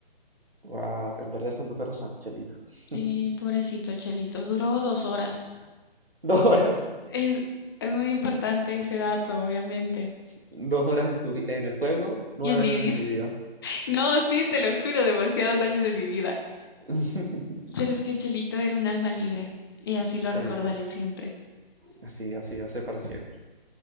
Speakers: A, on the right; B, on the left.
A: wow, en verdad está en tu corazón, Chelito. <laughs>
B: Sí, pobrecito Chelito, duró dos horas.
A: Dos horas,
B: Es, es muy importante ese dato, obviamente.
A: dos horas en tu vi- en el juego, nueve
B: Y en mi
A: años
B: vida.
A: en tu
B: <laughs>
A: vida.
B: No, sí, te lo juro, demasiados años de mi vida.
A: <laughs>
B: Pero es que Chelito era un alma libre y así lo
A: Está
B: recordaré
A: bien,
B: siempre.
A: así, así va a ser para siempre.